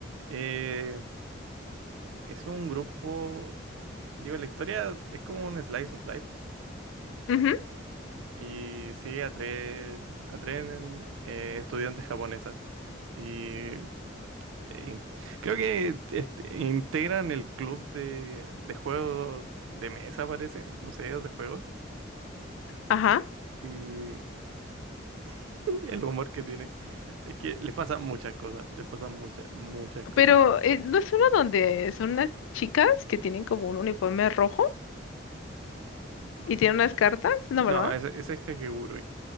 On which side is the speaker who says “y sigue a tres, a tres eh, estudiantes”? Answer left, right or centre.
Right